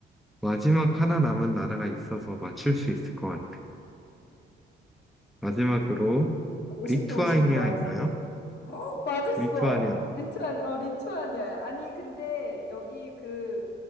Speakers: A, in the centre; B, on the left.
A: 마지막 하나 남은 나라가 있어서 맞출 수 있을 것 같아. 마지막으로,
B: 50대
A: 리투아니아인가요?
B: 50인 것 같은데. 어, 맞았어.
A: 리투아니아.
B: 리투아니, 어, 리투아니아야. 아니, 근데 여기 그